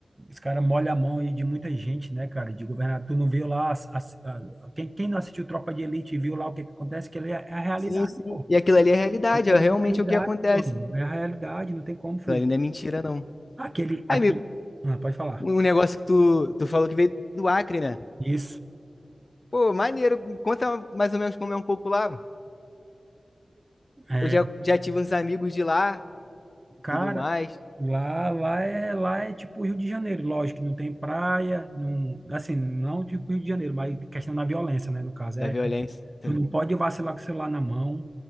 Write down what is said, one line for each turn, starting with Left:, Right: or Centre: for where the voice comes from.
Right: os caras molham a mão aí de muita gente, né, cara? De governador. Tu não viu lá, as- as- a- quem, quem não assistiu Tropa de Elite e viu lá o que que acontece, que ele é, é a realidade,
Left: Sim, sim.
Right: pô.
Left: E aquilo ali é realidade,
Right: Aquele
Left: é realmente
Right: é a realidade,
Left: o que acontece.
Right: mano. É a realidade, não tem como fugir.
Left: Aquilo ali não é mentira, não.
Right: Aquele,
Left: Aí,
Right: aquele,
Left: me-
Right: ah, pode falar.
Left: um negócio que tu, tu falou que veio do Acre, né?
Right: Isso.
Left: Pô, maneiro, conta mais ou menos como é um pouco lá.
Right: É,
Left: Eu já, já tive uns amigos de lá,
Right: cara,
Left: tudo mais,
Right: Lá, lá é, lá é tipo Rio de Janeiro, lógico, que não tem praia, não, assim, não tipo Rio de Janeiro, mas questão da violência, né, no caso,
Left: da
Right: é,
Left: violência,
Right: tu
Left: né?
Right: não pode vacilar com o celular na mão,